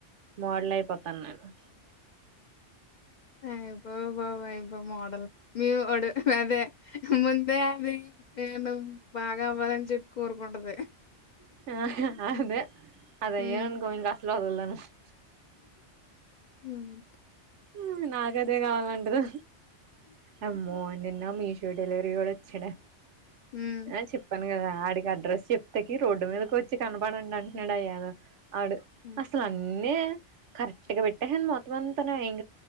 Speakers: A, on the right; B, on the left.
A: మోడలు అయిపోతాను నేను
B: ఆ ఐపో బాబు ఐపో మోడల్ మీ ఓడు అదే ముందే అది నేను బాగా అవ్వాలని చెప్పి కోరుకుంటది
A: ఆ అదే అది
B: ఉమ్
A: అయ్యను అనుకో ఇంకా ఆసలు వద్దలుదు బ
B: ఉమ్
A: ఆ నాగదే కావాలంటదా అమ్మో నిన్న మీషో డెలివరీ వాడు వచ్చాడా
B: ఉమ్
A: ఆ చెప్పు కదా ఆడికి అడ్రస్ చెప్తేకి రోడ్డు మీదకి వచ్చి కనపడండి అంటున్నాడు అయ్యాద ఆడు
B: ఉమ్
A: అసలు అన్నీ కరెక్ట్ గా పెట్ ఎహెన్ మొత్తం అంతా ఇం